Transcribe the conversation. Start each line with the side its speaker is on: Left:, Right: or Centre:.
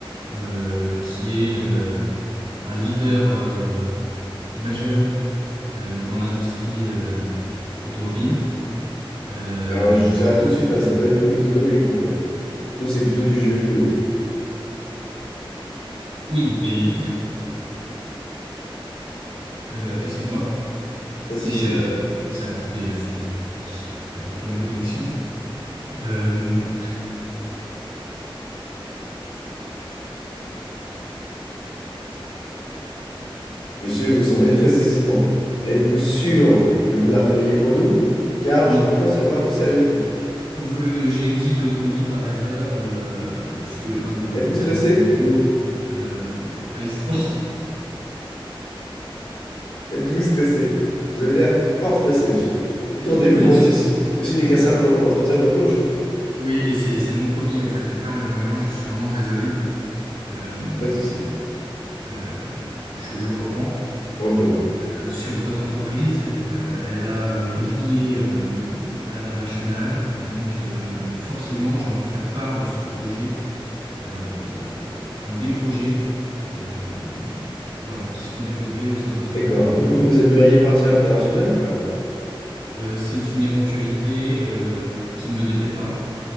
Right: euh, qui est euh, un leader euh, majeur euh, dans l'industrie euh, automobile. Euh,
Left: Alors, je vous arrête tout de suite, hein, c'est pas du tout l'automobile qu'on fait. hein. Nous, c'est plutôt du jeu vidéo.
Right: oui, mais <laughs> euh, excusez-moi,
Left: Pas
Right: c'est
Left: de souci.
Right: euh, ça a coupé, euh, je suis désolé. Euh, problème de connexion. Euh,
Left: Monsieur, vous semblez très hésitant. Êtes-vous sûr de vouloir travailler pour nous? Car
Right: oui,
Left: je commence à avoir de sérieux doutes.
Right: Vous- euh, J'ai dit l'automobile par erreur, euh, puisque un de vos
Left: Êtes-vous stressé?
Right: derniers jeux vidéo, euh, Race 3. <laughs>
Left: Êtes-vous stressé? Vous avez l'air fort stressé, monsieur. Détendez-vous,
Right: Oui, excusez.
Left: hein, ceci, ceci n'est qu'un simple en- entretien d'embauche. hein.
Right: Oui, mais c'est c'est mon premier, en fait. Je perds mes moyens, je suis vraiment désolé. Euh,
Left: Pas de souci.
Right: euh, je, je reprends.
Left: Reprenons.
Right: Euh, sur votre entreprise, euh, elle a euh, brillé euh, à l'international, et donc euh, forcément, j'ai envie de faire part de ce projet, euh, enfin des projets, euh, voilà, qui seront développés au sein de votre entreprise.
Left: D'accord. Et vous, vous aimeriez partir à l'international ou pas?
Right: Euh, c'est une éventualité euh, qui ne me déplaît pas,